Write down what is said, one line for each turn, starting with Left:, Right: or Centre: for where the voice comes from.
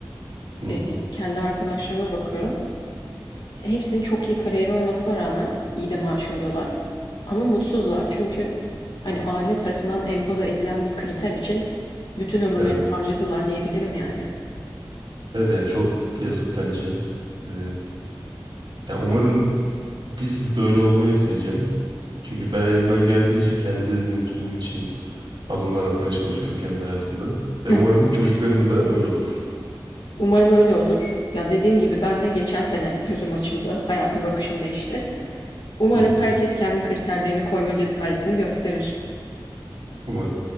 Right: Hı
Left: Ee,
Right: hı.
Left: kendi arkadaşlarıma bakıyorum. Hepsinin çok iyi kariyeri olmasına rağmen iyi de maaş alıyorlar. Ama mutsuzlar çünkü hani aile tarafından empoze edilen bir kriter için bütün ömürlerini
Right: Evet.
Left: harcadılar diyebilirim yani.
Right: Evet yani çok yazık bence. Ee, Ya umarım biz böyle olmayız diyeceğim. Çünkü ben elimden geldiğince kendi mutluluğum için adımlar atmaya çalışıyorum kendi hayatımda.
Left: Hı
Right: Ve umarım
Left: hı.
Right: çocuklarım da öyle olur.
Left: Umarım öyle olur. Ya dediğim gibi ben de geçen sene gözüm açıldı. Hayata bakışım değişti. Umarım
Right: Hı hı.
Left: herkes kendi kriterlerini koyma cesaretini gösterir.
Right: Umarım.